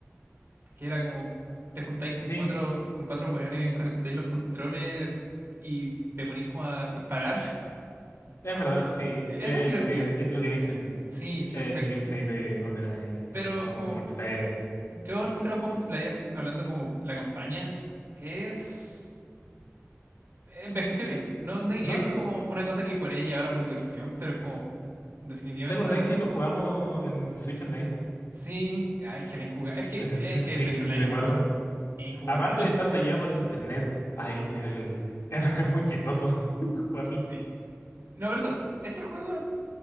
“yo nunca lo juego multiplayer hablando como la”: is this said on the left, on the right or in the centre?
Right